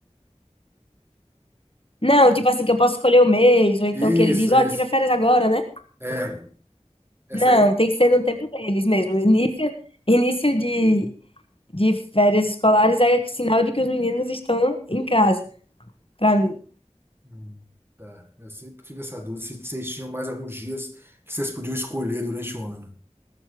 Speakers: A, on the left; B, on the right.
A: Não, tipo assim, que eu posso escolher o mês, ou então
B: Isso,
A: que ele diz, ó,
B: isso.
A: tira férias agora, né?
B: É, essa
A: Não,
B: aí. né?
A: tem que ser no tempo deles mesmo. Início, início de, de férias escolares é sinal de que os meninos estão em casa, pra mim.
B: Hum, tá. Eu sempre tive essa dúvida se vocês tinham mais alguns dias que vocês podiam escolher durante o ano.